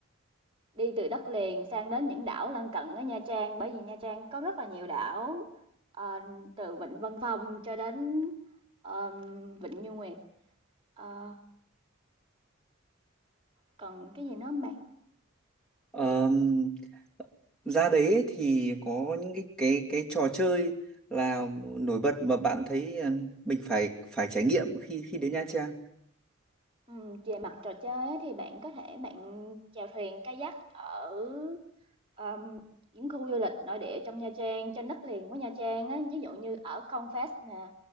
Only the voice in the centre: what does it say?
nhỉ? ra đấy ấy thì có những cái cái cái trò chơi là nổi bật mà bạn thấy ờ, mình phải phải trải nghiệm khi khi đến Nha Trang